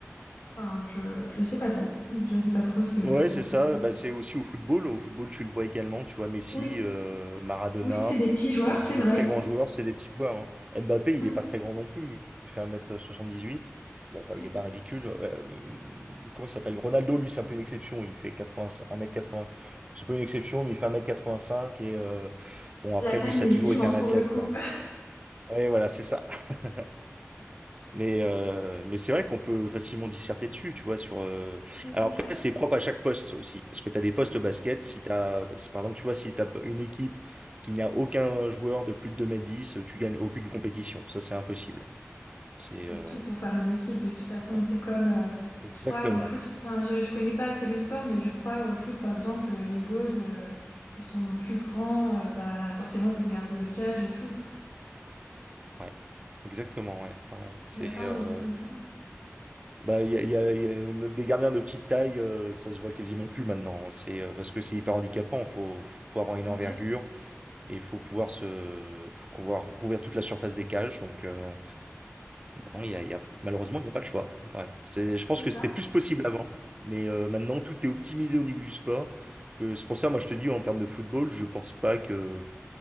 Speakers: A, on the left; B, on the right.
A: Enfin, je je sais pas trop. Je sais pas trop c'est
B: Ouais,
A: euh, comment
B: c'est
A: ça
B: ça.
A: se passe.
B: Bah, c'est aussi au football. Au football, tu le vois également. Tu vois Messi,
A: Oui.
B: euh, Maradona.
A: Oui, c'est des petits joueurs,
B: euh, tu
A: c'est
B: sais, les
A: vrai.
B: très grands joueurs, c'est des petits joueurs. hein. Mbappé, il
A: Mm,
B: est pas très grand non plus. Il il fait un mètre soixante-dix-huit. Bon, enfin,
A: oui,
B: il est pas ridicule. Euh, comment il s'appelle? Ronaldo, lui, c'est un peu une exception. Il fait quatre-vingts, un mètre quatre-vingts. C'est pas une exception, mais il fait un mètre 85. Et euh, bon,
A: Zlatan,
B: après, lui, ça
A: il
B: a toujours
A: est immense
B: été un athlète,
A: pour le coup.
B: quoi. Ouais, voilà, c'est ça. <laughs> Mais, euh, mais c'est vrai qu'on peut facilement disserter dessus, tu vois, sur... euh,
A: <laughs> Mais
B: Alors
A: c'est vrai
B: après,
A: que
B: c'est propre à chaque poste aussi, parce que tu as des postes basket,
A: oui,
B: si t'as... si, Par exemple, tu vois, si tu as une équipe qui n'a aucun joueur de plus de deux mètres dix, tu gagnes aucune compétition. Ça, c'est impossible. C'est...
A: il faut
B: euh,
A: tout pour faire une équipe. De toute façon,
B: ouais.
A: c'est comme, euh,
B: Exactement.
A: je crois, au foot. Enfin, je ne connais pas assez le sport, mais je crois au foot, par exemple, euh, les goals, euh, ils sont plus grands, euh, bah, forcément pour garder les cages et tout.
B: Ouais. Exactement, ouais. ouais. C'est...
A: Il n'y a pas un
B: euh,
A: délire comme ça.
B: Bah, il y a, il y a- il y a des gardiens de petite taille, euh, ça se voit quasiment plus maintenant. C'est euh, parce que c'est hyper handicapant, faut, faut pouvoir avoir une
A: Bien
B: envergure.
A: sûr,
B: Et il faut pouvoir se, faut pouvoir couvrir toute la surface des cages. Donc, euh, non, il y a, il y a- malheureusement, il n'y a pas le choix. Ouais. C'est, je pense
A: c'est
B: que
A: ça.
B: c'était plus possible avant, mais euh, maintenant, tout est optimisé au niveau du sport. Que c'est pour ça, moi, je te dis, en termes de football, je pense pas que